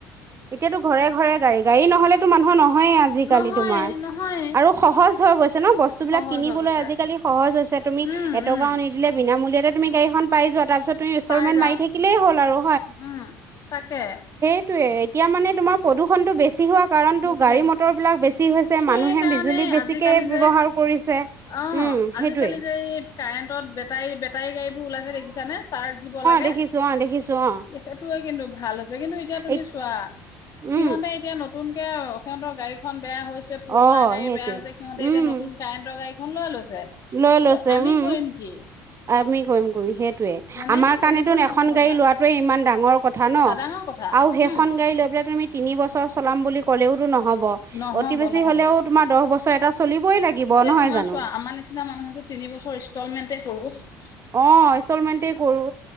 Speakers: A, on the right; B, on the left.
A: এতিয়াতো ঘৰে ঘৰে গাড়ী গাড়ী নহলে মানুহ নহয় নহয়ে আজি-কালি
B: নহয়ে
A: তোমাৰ,
B: নহয়ে
A: আৰু সহজ থৈ গৈছে। ন বস্তু বিলাক
B: সহজ
A: কিনিবলৈ
B: হৈ গৈছে
A: আজিকালি সহজ হৈছে তুমি
B: উম
A: এটকাও
B: উম
A: নিদিলে বিনামূলীয়াত তুমি গাড়ীখন পাই যোৱা তাৰপিছত তুমি ইনষ্টলমেট
B: পাই যাওঁ
A: মাৰি থাকিলেই হ'ল আৰু
B: উম তাকে।
A: এটো এতিয়া মানে তোমাৰ প্ৰদূষণটো বেছি হোৱা কাৰণতো
B: বেছি
A: গাড়ী
B: হৈছে।
A: মটৰ বিলাক বেছি হৈছে
B: সেইকাৰণে
A: মানুহে, বিজুলী বেছিকে
B: আজিকালি
A: ব্যৱহাৰ
B: যে
A: কৰিছে
B: অ
A: উম সেইটোয়ে।
B: আজিকালি যে এই কাৰেণ্টত বেটাৰী বেটাৰী গাড়ী বোৰ ওলাইছে দেখিছা নে চাৰ্জ দিব লাগে।
A: দেখিছো অ', দেখিছো অ',
B: সেইটোয়ে কিন্তু ভাল হৈছে কিন্তু এতিয়া তুমি
A: এই
B: চোৱা
A: উম
B: সিহঁতে এতিয়া নতুন নতুনকে অ সিহঁতৰ গাড়ীখন। বেয়া হৈছে পুৰণাগাড়ী
A: অ', সেইটোৱে
B: বেয়া হৈছে সিহঁতে
A: উম।
B: এতিয়া নতুন কাৰেণ্টৰ গাড়ী ধন লৈ লৈছে
A: লৈ
B: কিন্তু
A: লৈছে
B: আমি
A: উম
B: কৰিম কি?
A: আমি কৰিম কৰি সেই সেইটোৱেই
B: হয়নে
A: আমাৰ
B: তেনেকুৱা
A: কাৰণে তুন
B: নিচিনা
A: এখন
B: কথা
A: গাড়ী লোৱাটোৱে ইমান ডাঙৰ কথা ন
B: ডাঙৰ কথা
A: আৰু সেইখন
B: উম
A: গাড়ী লৈ পেলাই তুমি তিনি বছৰ চলাম বুলি ক'লেওতো নহ'ব। অ
B: নহব
A: অতি বেছি
B: নহব
A: হলেও তোমাৰ দহ বছৰ ট এটা চলিবই লাগিব
B: এতিয়া
A: নহয়
B: তোমাৰ
A: জানো?
B: চোৱা আমাৰ নিচিনা মানুহেটো তিনি বছৰ ইনষ্টলমেন্টে <unintelligible>
A: অ ইনষ্টলমেণ্টে কৰো।